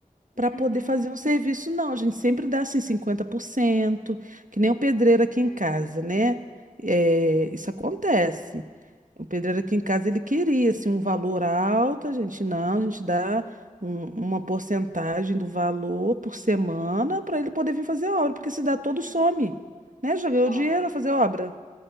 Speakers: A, on the left; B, on the right.
A: Uhum.
B: para poder fazer um serviço, não. A gente sempre dá assim 50% que nem o pedreiro aqui
A: É.
B: em casa, né? É, isso acontece. O pedreiro aqui em casa, ele queria, assim, um valor alto, a gente não, a gente dá um- uma porcentagem do valor por semana para ele poder vir fazer a obra, porque se dá todo,
A: Uhum.
B: some, né? Já ganhou
A: Some.
B: dinheiro vai fazer obra.